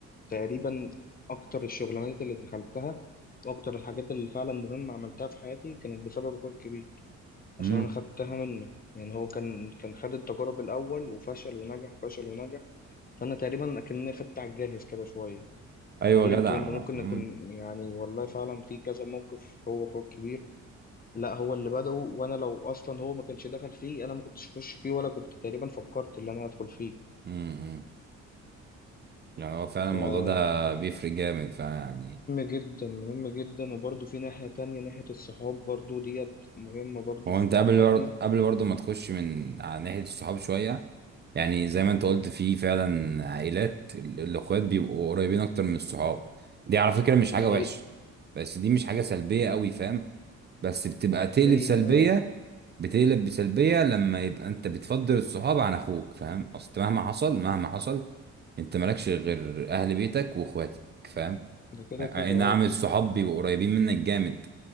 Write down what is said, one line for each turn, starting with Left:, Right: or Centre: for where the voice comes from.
Left: تقريبا اكتر الشغلانات اللي دخلتها واكتر الحاجات اللي فعلا مهمة عملتها في حياتي كانت بسبب اخويا الكبير
Right: امم
Left: عشان انا خدتها منه يعني هو كان كان خد التجارب الاول وفشل ونجح وفشل ونجح فانا تقريبا اكني خدت على الجاهز كده شويه
Right: ايوه
Left: اتعلمت
Right: جدع
Left: منه ممكن
Right: امم
Left: نكون يعني والله فعلا في كذا موقف هو اخوه الكبير لا هو اللي بدأه وانا لو اصلا هو ما كانش دخل فيه انا ما كنتش اخش فيه ولا كنت تقريبا فكرت ان انا هدخل فيه
Right: امم يعني هو فعلا
Left: فمهم
Right: الموضوع ده بيفرق جامد فيعني
Left: جدا مهم جدا وبرضه في ناحية تانية ناحية الصحاب برضه ديت مهمة برضه
Right: هو
Left: في
Right: انت قبل
Left: في حياتنا
Right: برضه قبل برضه ما تخش من على ناحية الصحاب شوية يعني زي ما انت قلت في فعلا عائلات ال- الاخوات بيبقوا قريبين اكتر من الصحاب دي على فكرة مش
Left: دي
Right: حاجة
Left: حقيقة
Right: وحشة بس دي مش حاجة سلبية قوي فاهم بس بتبقى تقلب
Left: هي
Right: سلبية
Left: اه
Right: بتقلب بسلبية لما يبقى انت بتفضل الصحاب عن اخوك فاهم اصل مهما حصل مهما حصل انت مالكش غير اهل بيتك واخواتك فاهم
Left: ده كده
Right: اي
Left: كده
Right: نعم
Left: اه
Right: الصحاب بيبقوا قريبين منك جامد